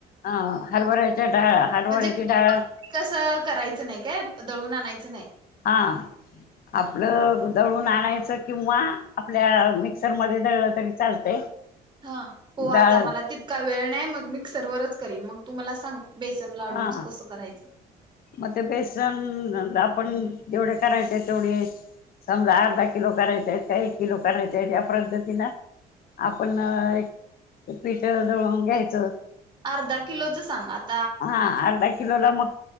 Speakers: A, on the left (about 60°); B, on the right (about 25°).
A: हा हरभऱ्याच्या डाळ, हरभऱ्याची
B: म्हणजे पूर्ण
A: डाळ
B: कसं करायचं नाही काय, दळून आणायचं नाही?
A: हा, आपलं दळून आणायचं किंवा आपल्या मिक्सरमध्ये दळलं तरी चालतंय.
B: हा, हो आता
A: डाळ
B: मला तितका वेळ नाही मग मी मिक्सवरच करीन मग तू मला सांग. बेसन लाडूचं
A: हा,
B: कसं करायचं
A: मग ते बेसनला आपण जेवढे करायचे आहेत तेवढे समजा अर्धा किलो करायचे आहेत काय एक किलो करायचे आहेत. या पद्धतीन आपण एक पिठ दळून घ्यायचं.
B: अर्धा किलोचं सांग आ- -
A: हा अर्धा किलोला मग